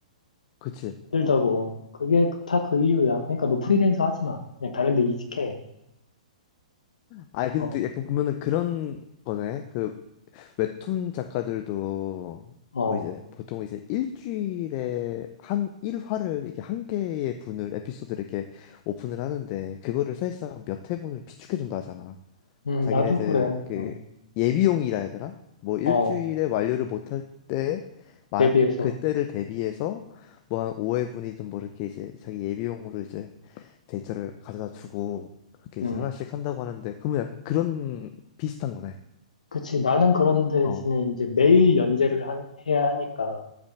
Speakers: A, on the left; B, on the left.
A: 그치.
B: 힘들다고. 그게 다 그 이유야. 그러니까 너 프리랜서 하지 마. 그냥 다른 데 이직해.
A: 아, 근데
B: 어,
A: 약간 보면은 그런 거네. 그 웹툰 작가들도
B: 어.
A: 뭐 이제 보통 이제 일주일에 한 일화를 이렇게 한 개의 분을 에피소드를 이렇게 오픈을 하는데 그거를 사실상 몇 회분을 비축해준다 하잖아.
B: 음,
A: 자기네들
B: 나도 그래.
A: 그
B: 어,
A: 예비용이라 해야 되나? 뭐 일주일에
B: 어,
A: 완료를 못할 때 마,
B: 대비해서.
A: 그때를 대비해서 뭐 한 5회분이든 뭐 이렇게 이제 자기 예비용으로 이제 데이터를 가져다 주고 그렇게
B: 음.
A: 이제 하나씩 한다고 하는데 그러면 약간 그런 비슷한 거네.
B: 그치. 나는 그런 대신에
A: 어.
B: 이제 매일 연재를 한, 해야 하니까